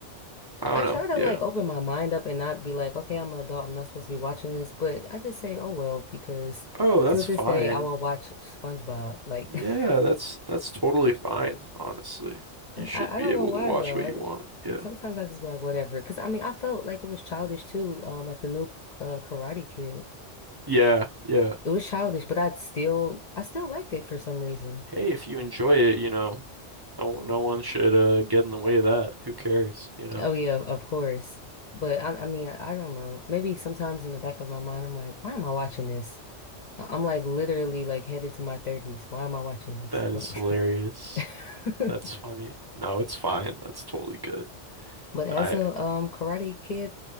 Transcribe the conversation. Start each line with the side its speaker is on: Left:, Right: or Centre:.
Right: I don't
Left: I
Right: know.
Left: try to
Right: Yeah.
Left: like open my mind up and not be like, okay, I'm an adult. I'm not supposed to be watching this, but I just say, oh well, because
Right: Oh, that's
Left: till this
Right: fine.
Left: day, I will watch SpongeBob. Like,
Right: Yeah,
Left: <laughs>
Right: that's that's totally fine, honestly. You
Left: I,
Right: should be
Left: I don't
Right: able
Left: know why
Right: to watch
Left: though.
Right: what
Left: I
Right: you want. Yeah.
Left: sometimes I just be like, whatever. Because I mean, I felt like it was childish too. Um, like the new uh, Karate Kid.
Right: Yeah, yeah.
Left: It was childish, but I still I still liked it for some reason.
Right: Hey, if you enjoy it, you know, no no one should uh get in the way of that. Who cares, you know?
Left: Oh yeah, of course. But I I mean I, I don't know. Maybe sometimes in the back of my mind I'm like, why am I watching this? I- I'm like literally like headed to my 30s. Why am I watching this?
Right: That is
Left: Like
Right: hilarious.
Left: <laughs>
Right: That's funny. No, it's fine. That's totally good.
Left: But as
Right: I
Left: a um Karate Kid